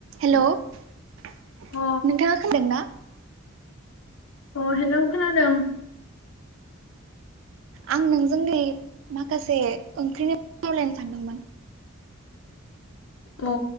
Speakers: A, on the right; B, on the left.
A: हेल' नोंथाङा
B: अ
A: खोनादोंना
B: अ हेलौ खोनादों
A: आं नोंजों दै माखासे ओंख्रिनि सावरायलायनो सान्दोंमोन
B: अ